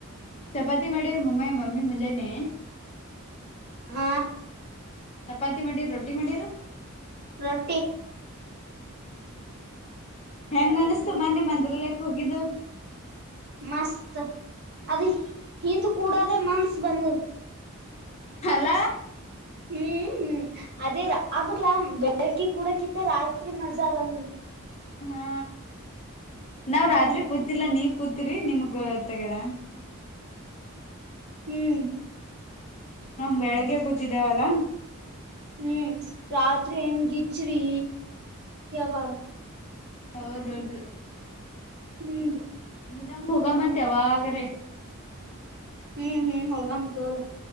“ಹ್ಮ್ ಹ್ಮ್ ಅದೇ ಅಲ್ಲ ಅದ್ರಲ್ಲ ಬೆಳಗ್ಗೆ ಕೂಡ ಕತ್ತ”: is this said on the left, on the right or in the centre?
Right